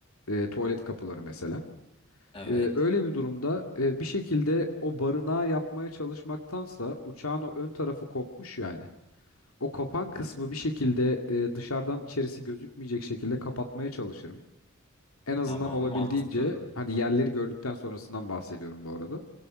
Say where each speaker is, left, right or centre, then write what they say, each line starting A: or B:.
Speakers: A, on the left; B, on the left.
A: e, tuvalet kapıları mesela.
B: Evet.
A: E, öyle bir durumda e, bir şekilde o barınağı yapmaya çalışmaktansa uçağın o ön tarafı kopmuş yani. o kapan kısmı bir şekilde e, dışarıdan içerisi gözükmeyecek şekilde kapatmaya çalışırım. En azından
B: Tamam,
A: olabildiğince
B: mantıklı.
A: hani yerleri gördükten sonrasından bahsediyorum bu arada.